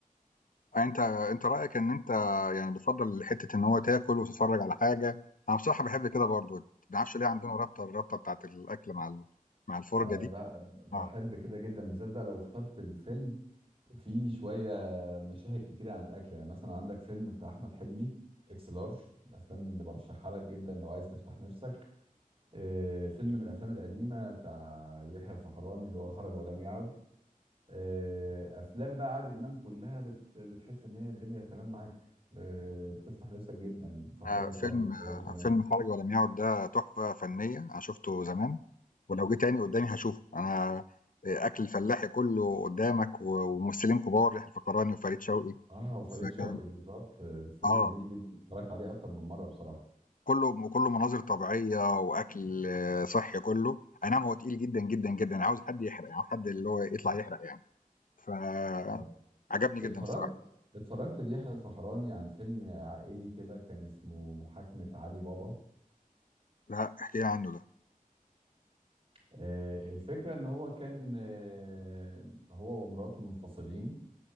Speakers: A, on the left (about 65°); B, on the right (about 40°).
A: آه، أنت أنت رأيك إن أنت يعني بتفضل حتة إن هو تاكل وتتفرج على حاجة، أنا بصراحة باحب كده برضه، ما اعرفش ليه عندنا رابطة الرابطة بتاعة الأكل مع ال مع الفرجة
B: آه،
A: دي،
B: ب-
A: آه
B: بحب كده جدا بالذات بقى لو اخترت الفيلم فيه شويه مشاهد كتيره عن الاكل يعني مثلا عندك فيلم بتاع احمد حلمي اكس لارج الافلام اللي برشحها لك جدا لو عايز تفتح نفسك آه، فيلم من الافلام القديمه بتاع يحيى الفخراني اللي هو خرج ولم يعد آه، افلام بقى عادل امام كلها بت- بتحس ان هي الدنيا تمام معاك آه، بتفتح نفسك جدا بتفكرك
A: أنا فيلم
B: برضه
A: آه،
B: بايام زمان
A: فيلم خارج ولم يعد ده تحفة فنية، أنا شُفته زمان ولو جه تاني قدامي هاشوفه، أنا آه، أكل الفلاحي كله قدامك و وممثلين كبار يحيى الفخراني وفريد شوقي،
B: اه وفريد
A: فكان
B: شوقي بالظبط آه، الفيلم
A: آه.
B: جميل جدا اتفرجت عليه اكتر من مره بصراحه
A: كله وكله مناظر طبيعية وأكل آه، صحي كله أي نعم هو تقيل جدا جدا جدا أنا عاوز حد يحرق يعني عاوز حد اللي هو يطلع يحرق يعني فعجبني
B: طب اتفرجت
A: جدا الصراحة
B: اتفرجت ليحيى الفخراني عن فيلم عائلي كده كان اسمه محاكمة علي بابا
A: لا احكي لي عنه ده
B: آه، الفكرة ان هو كان آه، هو ومراته منفصلين